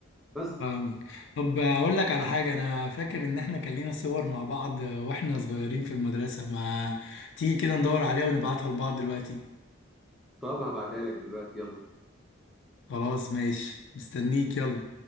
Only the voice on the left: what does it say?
فاهمك طب أقول لك على حاجة أنا فاكر إن احنا كان لينا صور مع بعض واحنا صغيرين في المدرسة ما تيجي كده ندور عليها ونبعتها لبعض دلوقتي
خلاص ماشي مستنيك يلا